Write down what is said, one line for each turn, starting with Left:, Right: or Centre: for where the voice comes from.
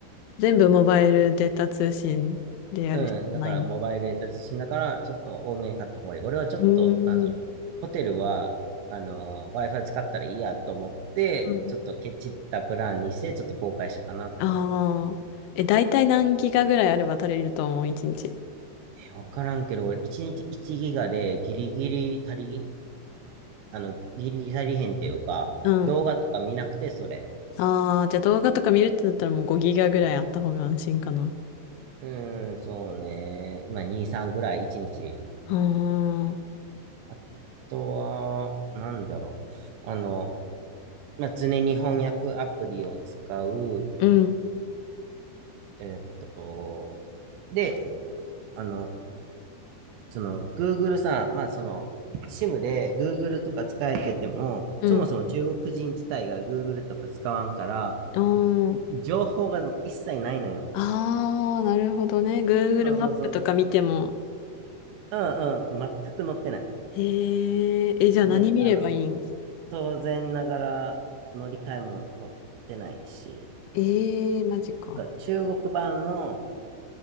Left: 全部モバイルデータ通信でやるしかないん。
Right: うん。だから、モバイルで通信だから、ちょっと多めに買った方がいい。俺はちょっと、
Left: うーん、
Right: なんだろう。ホテルは、あの、Wi-Fi 使ったらいいやと思って、
Left: うん。
Right: ちょっとケチったプランにして、ちょっと後悔したかなと。
Left: ああ、え、大体何ギガぐらいあれば足りると思う、一日。
Right: え、わからんけど、俺1日1ギガでギリギリ足り、あの、ギリギリ足りへんっていうか、
Left: うん。
Right: 動画とか見なくて、それ。
Left: ああ、じゃあ動画とか見るってなったらもう5ギガぐらいあった方が安心かな。
Right: うーん、そうね。まあ、2、3ぐらい1日。
Left: ああ、
Right: あとは、なんだろう。あの、まあ、常に翻訳アプリを使う。
Left: うん、
Right: えーっと、で、あの、その、Google さん、まあ、その、SIM で Google とか使えてても、
Left: うん。
Right: そもそも中国人自体が Google とか使わんから、
Left: ああ、
Right: 情報が一切ないのよ。
Left: ああ、なるほどね。Google
Right: そうそうそう。
Left: マップとか見ても。
Right: うんうん。全く載ってない。
Left: えー、え、じゃあ何見ればいいん
Right: で、あの、当然ながら乗り換えも載ってないし、
Left: えー、マジか。
Right: なんか中国版の